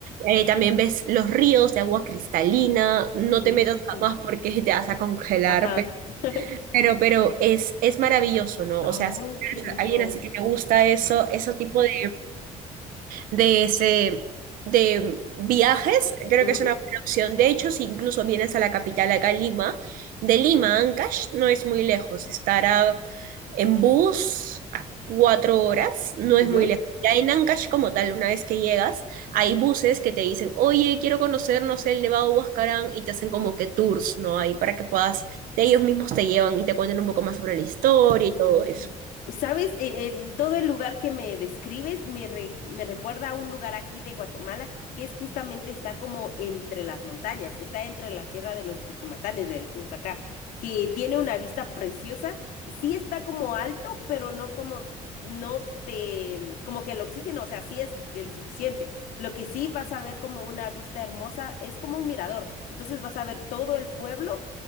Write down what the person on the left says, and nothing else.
Mm,
Ajá.
<laughs>
Ay,
qué
lindo.
Ujú,
ujú.
Wow.
¿Sabes? El- el- todo el lugar que me describes me, re- me recuerda a un lugar aquí de Guatemala que es justamente está como entre las montañas, está entre la Sierra de los Cuchumatanes, le decimos acá, que tiene una vista preciosa. Sí está como alto, pero no como, no te, como que el oxígeno, o sea, sí es el suficiente. Lo que sí vas a ver como una vista hermosa es como un mirador. Entonces vas a ver todo el pueblo